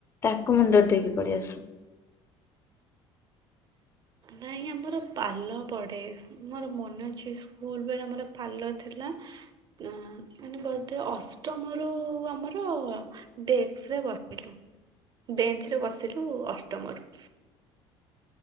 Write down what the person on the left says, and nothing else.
ତାକୁ ମୁଣ୍ଡରେ ଦେଇକି ପଳେଇ ଆସୁ।